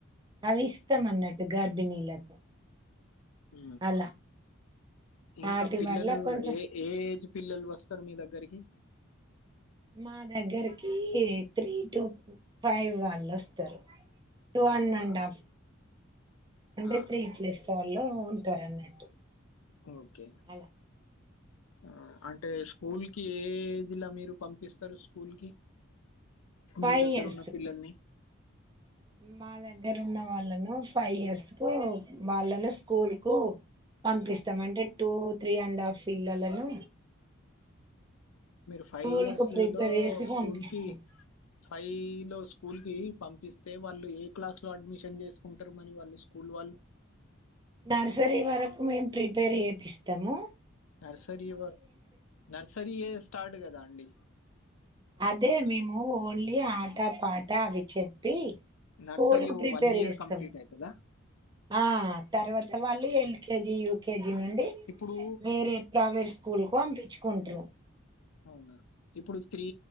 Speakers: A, on the right; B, on the left.
A: అవి ఇస్తంఅన్నట్టు గర్భిణీలకు
B: ఉ
A: అలా వాటి
B: ఇంకా పిల్లలు
A: వల్ల కొంచెం
B: ఏ ఏ ఏజ్ పిల్లలు వస్తారు మీ దగ్గరికి
A: మా దగ్గరకి త్రీటూ ఫైవ్ వాళ్ళు వస్తారు టూ వన్
B: అవునా
A: అండ్ హాఫ్ అంటే
B: ఆ
A: త్రీ ప్లస్ వాళ్ళు ఉ టరఅన్నట్టు
B: ఓకే
A: అలా
B: ఆ అంటే స్కూల్ కి ఏ ఏజ్లొ మీరు పంపిస్తరు స్కూల్ కి
A: ఫైవ్
B: మీ దగ్గర
A: ఇయర్స్
B: ఉన్న పిల్లల్ని
A: మా దగ్గర ఉన్న వాళ్ళను ఫైవ్ ఇయర్స్ కు వాళ్ళను స్కూల్ కు పంపిస్తాం అంటే టూ త్రీ అండ్ హాఫ్ పిల్లలను
B: మీరు ఫైవ్
A: స్కూల్
B: ఇయర్స్
A: కు ప్రిపేర్
B: లో
A: చేసి
B: స్కూల్
A: పంపిస్తాం
B: కి ఫైవ్ లో స్కూల్ కి పంపిస్తే వాళ్ళు ఏ క్లాస్ లో అడ్మిషన్ చేసుకుంటరు మరి వాళ్ళు స్కూల్ వాళ్ళు,
A: నర్సరీ వరకు మేము ప్రిపేర్ చేపిస్తము
B: నర్సరీవర నర్సరీ యే స్టార్ట్ కదా అండి,
A: అదే మేము ఓన్లీ ఆట పాట అవి చెప్పి స్కూల్
B: నర్సరీ
A: కు ప్రిపేర్
B: వన్ ఇయర్
A: చేస్తాం
B: కంప్లీట్ అవుతుందా
A: ఆ తర్వాత వాళ్ళు L L K G UKG నుండి
B: ఇప్పుడు
A: వేరే ప్రైవేట్ స్కూల్ కు పంపించు కొంట్రు
B: అవునా ఇప్పుడు త్రీ